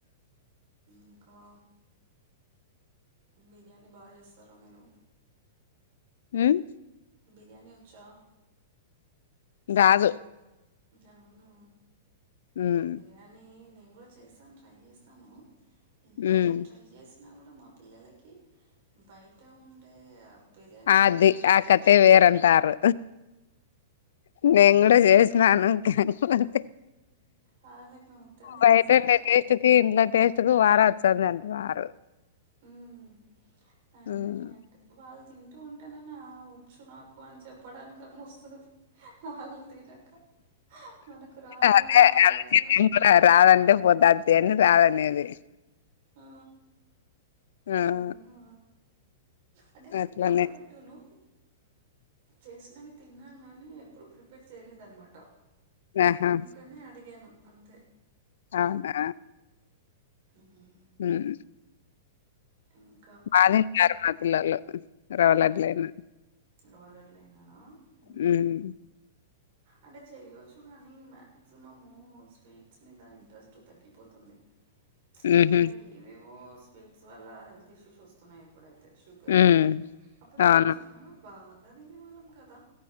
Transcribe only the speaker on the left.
మ్మ్
రాదు
మ్మ్
ఉమ్
అది
ఆ
కథే
వేరంటారు నేను గూడా చేసినాను కానిపోతే
బయటుండే
టేస్ట్కి ఇంట్లో టేస్ట్కి వార వస్తాందంట వారు
ఉమ్
అదే
అందుకే నేను రాదంటే పొద్దాచే అని రాదనేది
మ్మ్
అట్లనే
ఆహా
అవునా
మ్మ్
బా తిన్నారు మా పిల్లలు రవలడ్లయినా
హ్మ్.
హుహు.
హ్మ్.
అవును.